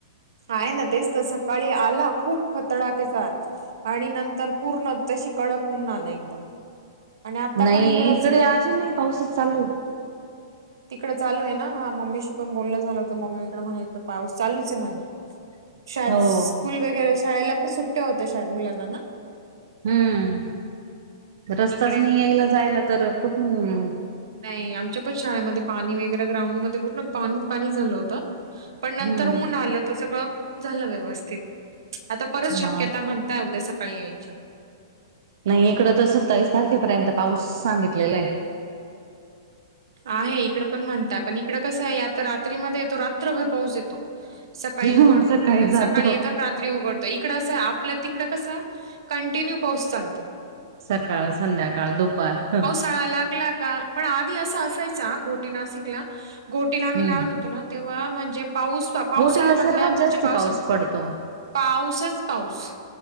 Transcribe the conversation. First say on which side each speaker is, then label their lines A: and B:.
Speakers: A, on the right; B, on the right.
A: आहे ना. तेच तर सकाळी आला. खूप खतडाकेचाार आणि नंतर तर पूर्ण तशी कडक पऊर्ण आला. एकदम आणि आता
B: नाही.
A: पण उघडच
B: इकडे
A: आहे
B: अजून नाही. पाऊसच चालू
A: तिकडे चालू आहे. ना हा मम्मीशी पण बोललं झालं. हो, तर मम्मी म्ह पाऊस चालूच आहे म्हणे. शाळेत
B: हो
A: स्कूल वगैरे, शाळेला पण सुट <inaudible> होते शाद मुलांना ना.
B: हम्म... रस्ताच
A: इकडे
B: नाही.
A: इकडे
B: यायला जायला तर, कुठून
A: नाही, आमच्या पण शाळेमध्ये पाणी वगैरे, ग्राउंडमध्ये पूर्ण पाणी पाणी झालं होत. पण,
B: हम्म
A: नंतर उन आलं. तर सगळं झालं व्यवस्थित. आता, परत शक्यता
B: हा
A: म्हणत. उद्या, सकाळी यायची.
B: नाही, इकडं त सत्ताईस तारखेपर्यंत पाऊस सांगितलेला आहे.
A: ह <inaudible> आहे. इकड पण म्हणताय, पण इकड कसं आहे. आता रात्रीमध्येध्ये येतो. रात्रभर पाऊस येतो. सकाळी
B: हा,
A: उघडतो, आणि
B: जातो
A: सकाळी येतानाात. उघडतो. इकड आपलं तिकड कस कंटिन्यू पाऊस चालतो.
B: सकाळ, संध्याकाळ, दुपार, ह
A: ळा लागला का, पण आधी अस असायचा गोटी, नाशिकला गोटीला
B: हम्म
A: आम्ही लहान होतो. ना तेव्हा, म्हणजे पाऊस पावसाळ्या
B: गोटीला
A: मधलं
B: सर्वात
A: म्हणजे?
B: जास्ती
A: पावसा,
B: पाऊस पडतो
A: पाऊसच पाऊस.